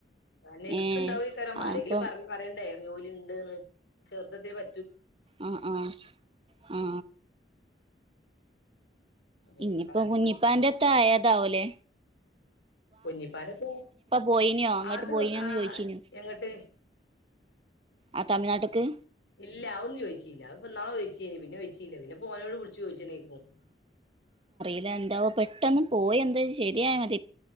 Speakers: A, on the left; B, on the right.
A: അന്വേഷിക്ക്ണ്
B: ഏ
A: ണ്ടാവൈക്കാരം
B: ആ
A: ആരെങ്കിലും
B: അപ്പം
A: പറഞ്ഞു പറയണ്ടേ ജോലി ണ്ട്ന്ന് ചെറ്ത് എത്തേ പ
B: അ അ ആ
A: പിന്നെ
B: ഇനിയിപ്പോ
A: കാട്ടണ്
B: കുഞ്ഞിപ്പാന്റെതാഴെതാവോല്ലേ
A: കുഞ്ഞിപ്പാ <unintelligible>
B: പോയിനോ അങ്ങട്ട്
A: അത്
B: പോയിനോന്ന്
A: ആ
B: ചോയിച്ചീനോ
A: എങ്ങോട്ട്
B: ആ തമിഴ്നാട്ട്ക്ക്
A: ഇല്ല അതൊന്നും ചോദിച്ചില്ല അത്പ്പന്നാളെ ചോയ്ചീനി പിന്നെ ചോയ്ച്ചീല്ല പിന്നെപ്പോനോട് വുള്ച്ച് ചോയ്ച്ചീണ് ഉം
B: അല്ല എന്താവോ പെട്ടെന്ന് പോയെന്തേ ശരിയായ മ